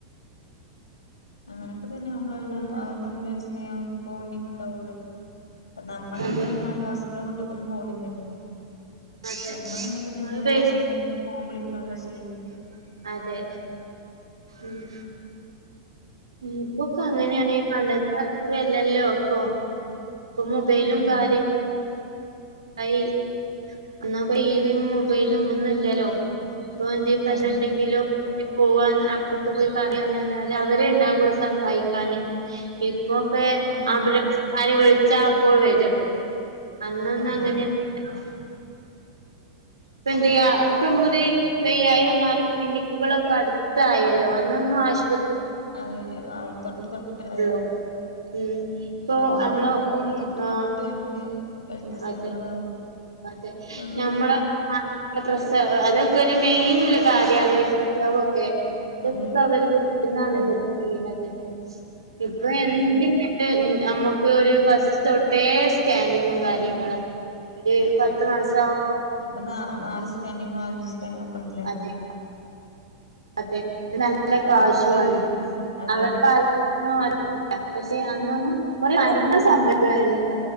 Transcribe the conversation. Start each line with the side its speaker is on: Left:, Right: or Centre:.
Left: അങ്ങനെയൊക്കെ തന്നെ ആവുമ്പോളാണ്
Right: പിന്നെന്താ
Left: അവറ് തമ്മില് സ്നേഹം ബോണ്ടിങ്ങുണ്ടാവുള്ളേ ഇപ്പ നമ്മള്
Right: അതെ
Left: തന്നെ നമ്മള അയൽവാസികളെ വീട്ടിലേക്കൊന്നും പോണില്ലല്ലോ
Right: അതെ
Left: നമ്മളെന്നെ പിന്നെ
Right: ഇങ്ങള്
Left: എന്തേലും
Right: വെ
Left: ആവിശ്യണ്ടെങ്കില് ഫോം വിളിക്കണല്ലോ
Right: അതെ
Left: ചെയ്ന്നത്
Right: അതെ ഉം. ഇപ്പോ ഒക്ക അങ്ങനെ ആയി പണ്ടത്തെമാതിരി അല്ലാലോ ഇപ്പോ ഇപ്പൊ മൊബൈലും
Left: അതെ
Right: കാര്യ. ഐ അന്നാപ ടിവിം മുബൈലും ഒന്നുല്ലലോ ഇപ്പോ എന്തെ പ്രശണ്ടെങ്കിലും.
Left: അതെ
Right: പോവാന്ന് അപ്പൊർത്ത് പോയി പറയാന്നല്ലാതെ അവരെ ഇണ്ടാവുള്ളൂ സഹായി ക്കാന്ന് ഇപ്പോക്കെ
Left: അത് ശരി
Right: ആംബുലൻസ്കാര് വിള്ച്ചാ അപ്പോൾ വരും. അന്നൊന്നങ്ങനെ
Left: അതെ
Right: <unintelligible> ഇപ്പ എന്തയ്യ ഇപ്പ നമുക്കൊര് വെയ്യായി വന്നാലു ക്ലിനിക്ക്കളൊക്കെ അടുത്തായല്ലോ അന്നൊന്നും ആശ്.
Left: അതെ ആ, തൊട്ട് തൊട്ട് അതെ
Right: <unintelligible> ഇപ്പൊ
Left: അത്
Right: അമ്മളെ
Left: ശരിയാ
Right: ഉം
Left: ഇപ്പൊ തൊട്ട്
Right: ആ
Left: തൊട്ട് നമുക്ക് ഹെൽത്ത് സെന്ററുകളോ
Right: അതെ അതെ
Left: അതുപോലെ
Right: നമ്മള ആഹ് പ്രസ ഹ് അതൊക്കെ ഒരു മെയിൻള്ള കാര്യാണ് ഈ പ്രസവൊക്കെ
Left: അതെ
Right: ഇപ്പോ അവര് വീട്ടീന്നാണല്ലോ
Left: അതെ
Right: ചെയ്യണത് ഇപ്പൊ
Left: അത്
Right: എന്തിനും
Left: ശരിയാ
Right: നമ്മുക്ക് ഒരു ഫസ്റ്റ് തൊട്ടേ സ്കാനിങ്ങും കാര്യങ്ങളാ ത് നാശവും
Left: ഇഞ്പ്പൊ നാ നാല് സ്കാനിങ്ങോ അഞ്ചു സ്കാനിങ്ങോ ഒക്കെ ഉണ്ട്ലേ.
Right: അതെ അതെ അതിന് നല്ല
Left: അത്
Right: കാശുവാണം
Left: കൊറച്ചൊരു അതെ
Right: അവര്ടെ കാല നൊ അതൊന്നുല്ല പക്ഷെ അന്നൊന്നും കൊറേ മരണം സംഭവിക്കുവായിര്ന്നില്ല